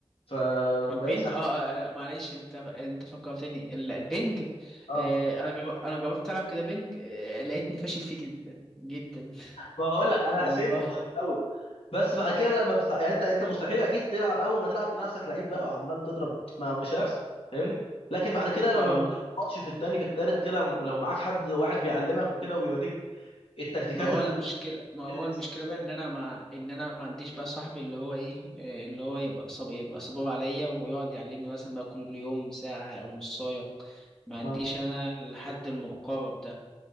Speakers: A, on the left; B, in the centre.
A: فما
B: البنج
A: بقتش احسن
B: اه آه، لا معلش انت انت فكرتني ال- البنج
A: اه
B: آه انا جرب... انا جربت العب كده بنج آه لقيتني فاشل فيه جدا جدا
A: بقول
B: <laughs>
A: لك انا
B: والله
A: سيم والله في الاول بس بعد كده لما بتتع... يعني انت انت مستحيل اكيد تلعب اول ما تلعب تلاقي نفسك لعيب بقى وعمال تضرب ما مش هيحصل فاهمني لكن بعد كده لما
B: اه
A: بت- ماتش في التاني في التالت كده لو معاك حد واحد بيعلمك وكده وبيوريك التكتيكات
B: ما هو
A: انك
B: المشكلة ما هو
A: الانسان
B: المشكلة
A: ازاي
B: بقى ان
A: وكده
B: انا ما ان انا ما عنديش بقى صاحبي اللي هو ايه آه، اللي هو يبقى صب يبقى صبور عليا ويقعد يعلمني مثلا بقى كل يوم ساعة او نصاية ما عنديش
A: اه
B: انا الحد المقرب ده